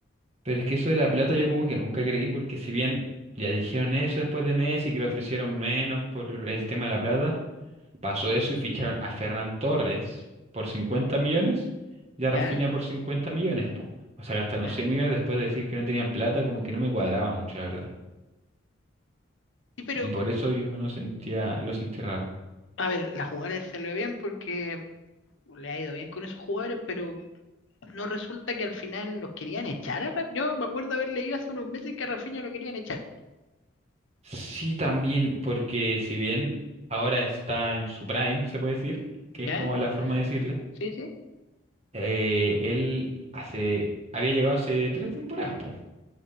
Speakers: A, on the right; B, on the left.
A: pero es que eso de la plata yo como que nunca creí, porque si bien ya dijeron eso después de Messi, que le ofrecieron menos por el tema de la plata, pasó eso y ficharon a Ferran Torres por 50 millones y a
B: ¿Ya?
A: Rafinha por 50 millones, po. O sea, gastaron
B: Ya.
A: 100 millones después de decir que no tenían plata, como que no me cuadraba mucho, la verdad.
B: Sí, pero,
A: Y por eso yo no sentía, lo sentí raro.
B: a ver, la jugada se le ve bien porque le ha ido bien con esos jugadores, pero no resulta que al final los querían echar. a Ra- Yo me acuerdo haber leído hace unos meses que a Rafinha lo querían echar.
A: Sí, también, porque si bien ahora está en su prime, se puede decir, que
B: ¿Ya?
A: es como la forma de decirle,
B: Sí, sí.
A: eh, él hace, había llegado hace tres temporadas, po.